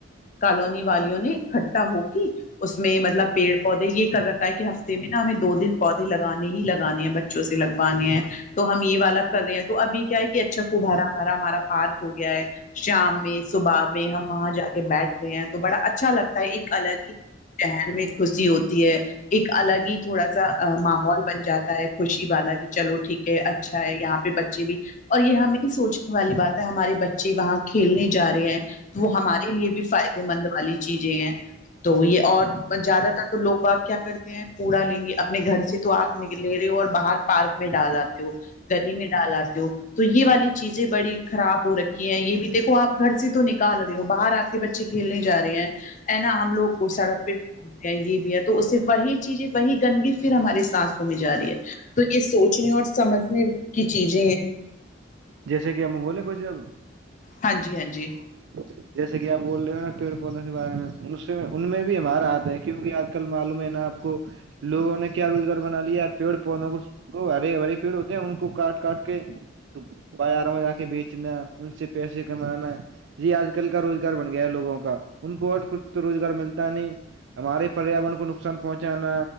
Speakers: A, on the left (about 40°); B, on the right (about 65°).
A: کالونی والیوں نے اکٹھا ہوک اس میں مطلب پیڑ پودے یہ کر رکھا ہے کہ ہفتے میں نا ہمیں دو دن پودے لگانے ہی لگانے ہیں بچوں سے لگوانے ہیں تو ہم یہ والا کر رہے ہیں تو ابھی کیا ہے کہ اچھا کو بھرا بھرا ہمارا پارک ہو گیا ہے شام میں صبح میں ہم وہاں جا کے بیٹھ رہے ہیں تو بڑا اچھا لگتا ایک الگ ہی ذہن میں خوشی ہوتی ہے ایک الگ ہی تھوڑا سا ماحول بن جاتا ہے خوشی والا بھی چلو ٹھیک ہے اچھا ہے یہاں پہ بچے بھی اور یہ ہمیں سوچنے والی بات ہے ہمارے بچے وہاں کھیلنے جا رہے ہیں وہ ہمارے لیے بھی فائدے مند والی چیزیں ہیں تو یہ اور زیادہ تر تو لوگ آپ کیا کرتے ہیں کوڑا لیں گے اپنے گھر سے تو آپ نک لے رہی ہو اور باہر پارک میں ڈالاتتی ہو گلی میں ڈالاتتے ہو تو یہ والی چیزیں بڑی خراب ہو رکھی ہیں یہ بھی دیکھ وہ آپ گھر سے تو نکال رہے ہو باہر آپ کے بچے کھیلنے جا رہے ہیں ا نا ہم لوگ سڑک پہ یہ بھی ہے تو اس سے وہی چیز ہے وہی گندگی پھر ہمارے سانسوں میں ج رہی ہے تو یہ سوچنے اور سمجھنے کی چیزیں ہیں
B: جیسے کہ ہم بولے کوھ اب
A: ہاں جی ہاں جی
B: اچ جیسے کہ آپ بول رہے ہو نا پیڑ پودوں کے بارے میں ان ان میں بھی ہمارا ہاتھ ہے کیونکہ آج کل معلوم ہے نا آ کو لووں نے کیا روزگار بنا لیا ہے پیڑ پودوں کو ہرے ہرے پیڑ ہوتے ہیں ان کو کاٹ کاٹ کے تو بازاروں میں جا کے بیچنا ان سے پیسے کمانا یہ آج کل کا روزگار بن گیا لگوں کا ان کو اور کچھ تو روزگار ملتا نہیں ہمارے پریاورن کو ان نقصان پہنچانا